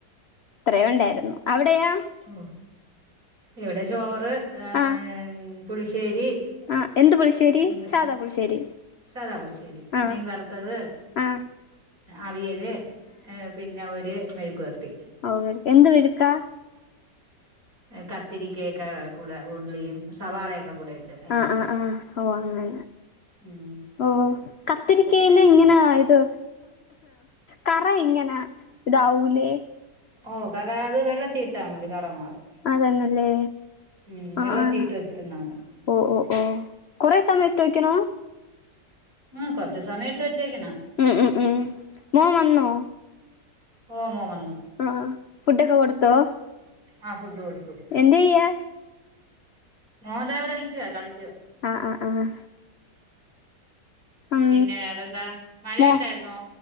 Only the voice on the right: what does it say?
ഓ ഇവിടെ ചോറ് ഉം
പുളിശ്ശേരി
മീ
സദാപുളിശേരി
മീൻ വറത്തത്
അവിയല് പിന്നെ ഒരു മെഴുക്കുപെരട്ടി
കത്തിരിക്കൊക്കെ കൂടെ ഉള്ളിയും സവാളയൊക്കെ കൂടെ ഇട്ടത് അരിഞ്ഞിട്ടത്
ഉം
ഓഹ് കറ ആയത് വെള്ളത്തി ഇട്ടാ മതി കറമാറും
ഉം വെള്ളതീട്ട്
വെച്ചിരുന്നാമതി
ഉം കൊർച്ച് സമയട്ട് വച്ചേക്കണം
ഓ മോൻ വന്നു
ആഹ് ഫുഡ്ഡ് കൊടുത്തു
മോൻ ദാ ഇവിടെ നിക്കുവാ കളിക്കുവാ
പിന്നെ വേറെന്താ മഴയുണ്ടായിരുന്നോ